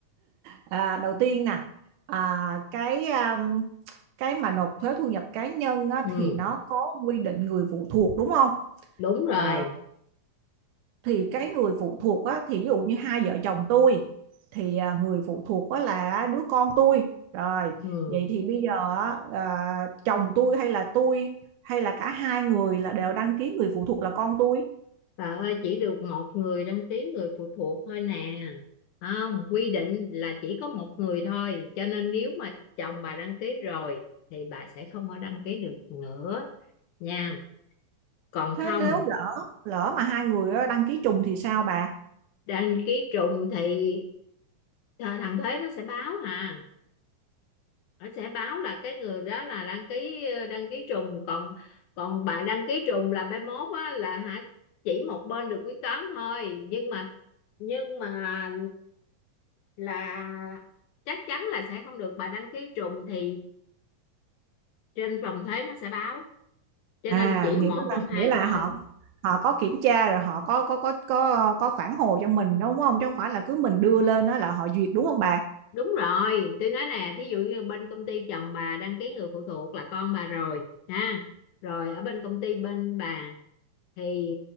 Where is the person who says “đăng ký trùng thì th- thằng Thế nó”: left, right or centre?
Left